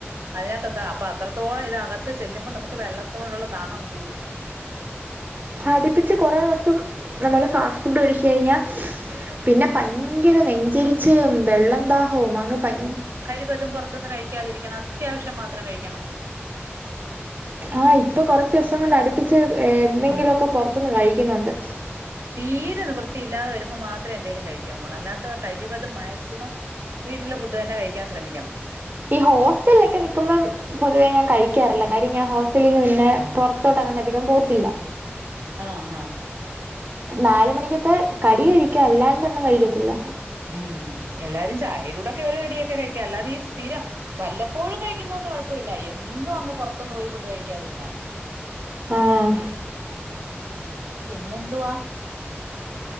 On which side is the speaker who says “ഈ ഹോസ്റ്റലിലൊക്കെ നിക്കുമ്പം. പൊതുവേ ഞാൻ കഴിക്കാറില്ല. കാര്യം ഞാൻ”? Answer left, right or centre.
Right